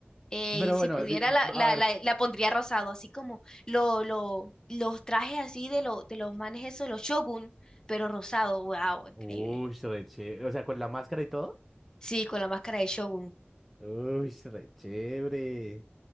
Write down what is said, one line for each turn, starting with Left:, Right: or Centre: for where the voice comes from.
Left: eh,
Centre: Pero
Left: y si
Centre: bueno,
Left: pudiera,
Centre: di-
Left: la, la,
Centre: a ver.
Left: la, la pondría rosado, así como lo, lo, los trajes así de, lo, de los manes esos, los Shogun, pero rosado. Wow, increíble.
Centre: Uy, re chévere. O sea, con la máscara y todo.
Left: Sí, con la máscara de Shogun.
Centre: Uy, re chévere.